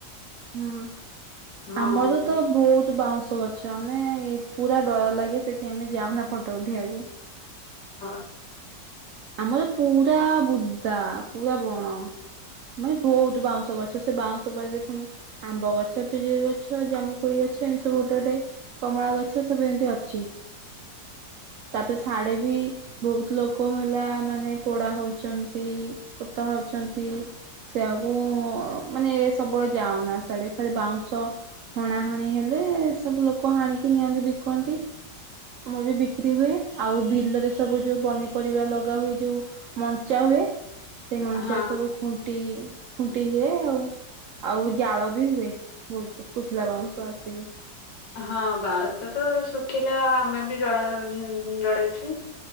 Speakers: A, on the right; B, on the left.
A: ହୁଁ।
B: ହଁ।
A: ଆମର ତ ବହୁତ ବାଉଁଶ ଗଛ ଆମେ ପୁରା ଡର ଲାଗେ ସେଠି ଆମେ ଯାଉନା ଫଟୋ ଉଠେଇବାକୁ
B: ହଁ
A: ଆମର ପୁରା ବୁଦା, ପୁରା ବଣ ମାନେ ବହୁତ ବାଉଁଶ ଗଛ ସେ ବାଉଁଶ ପାଦେ ପୁଣି ଆମ୍ବ ଗଛ, ପିଜୁଳି ଗଛ, ଜାମୁକୁଳି ଗଛ ଏମତି ସବୁ ଗୋଟେ ଗୋଟେ କମଳା ଗଛ ସବୁ ଏମତି ଅଛି
B: <inaudible>
A: ତାପରେ ସାଡେ ବି ବହୁତ ଲୋକ ଭଲା ମାନେ ପୋଡା ହଉଛନ୍ତି, ପୋତା ହଉଛନ୍ତି ସେ ଆକୁ ମାନେ ସବୁବେଳେ ଯାଉନା ସେଆଡେ ଖାଲି ବାଉଁଶ ହଣା ହଣି ହେଲେ ସବୁ ଲୋକ ହାଣିକି ନିଅନ୍ତି ବିକନ୍ତି ମୁଁ ବି ବିକ୍ରି ହୁଏ, ଆଉ ବିଲରେ ସବୁ ଯୋଉ ପନି ପରିବା ଲଗା ହୁଏ ଯୋଉ ମଞ୍ଚା ହୁଏ, ସେଇ ମଞ୍ଚା
B: ହଁ
A: ସବୁ ଖୁଣ୍ଟି ଖୁଣ୍ଟି ହୁଏ ଆଉ ଆଉ ଜାଳ ବି ହୁଏ ଶୁଖିଲା ବାଉଁଶ ଆସିକି
B: ହଁ ବାଉଁଶ ତ ଶୁଖିଲା ଆମେ ବି ଜଡ଼ା ହୋଇ ଜଡେଇଚି।